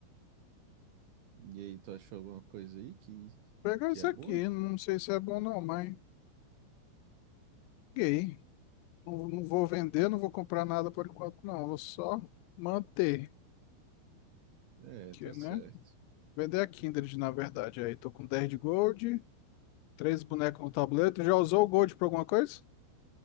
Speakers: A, on the right; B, on the left.
A: E aí, tu achou alguma coisa aí que,
B: pegar
A: que
B: isso
A: é
B: aqui,
A: boa?
B: não sei se é bom não, mas gay. Não, não vou vender, não vou comprar nada por enquanto, não. Vou só manter,
A: É,
B: que,
A: tá
B: né?
A: certo.
B: Vender a Kindred, na verdade. Aí, tô com 10 de gold, três bonecos no tabuleiro. Tu já usou o gold pra alguma coisa?